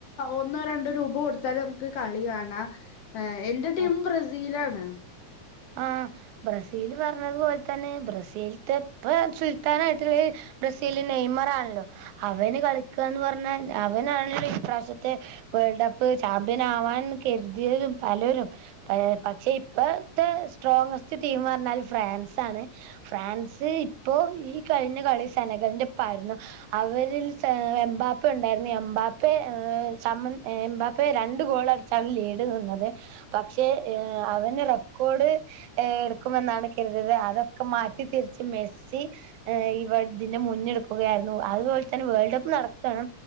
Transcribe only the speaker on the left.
ഒന്നോ രണ്ടോ രൂപ കൊടുത്താല് നമ്മക്ക് കളി കാണാ എന്റെ ടീം
ബ്രസീലാണ്